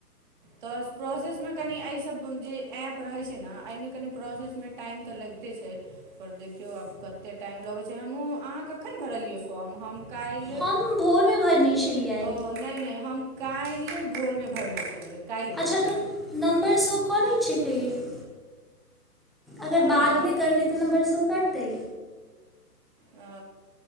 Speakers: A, on the right; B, in the centre.
A: तऽ प्रोसेस मे कनि एहिसभ जे एप रहै छै ने एहिमे कनि प्रोसेस मे टाइम तऽ लगिते छै। पर देखियौ आब कतेक टाइम लगै छै हमहूँ अहाँ कखन भरलियै फॉर्म हम काल्हि
B: हम भोर मे भरने छलियइ।
A: ओ नहि नहि हम काइल्हि भोरमे भरने छलियै। काल्हि भोरमे
B: अच्छा तऽ नम्बर सॅं करै छै पेड अगर
A: कोन
B: बाद
A: नम्बर
B: मे करबै तऽ नम्बर से करतै?
A: आ